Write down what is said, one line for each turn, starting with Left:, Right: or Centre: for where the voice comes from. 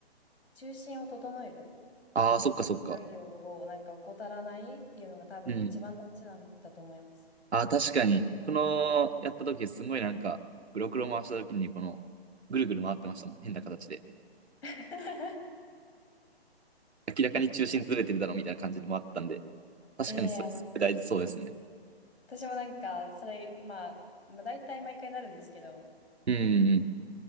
Left: 中心を整える
Right: ああ、そっかそっか。
Left: っていう作業をなんか怠らないっていうのが多分一番大事なんだと思います。
Right: うん。ああ、確かに。この、やった時すごいなんか、グロクロ回した時にこの、ぐるぐる回ってましたもん。変な形で。
Left: <laughs>
Right: 明らかに中心ずれてるだろうみたいな感じで回ったんで。確かにそれすごい大事そうですね。
Left: ええ私もなんか、それ、まあ、まあ、大体毎回なるんですけど、
Right: うんうんうん。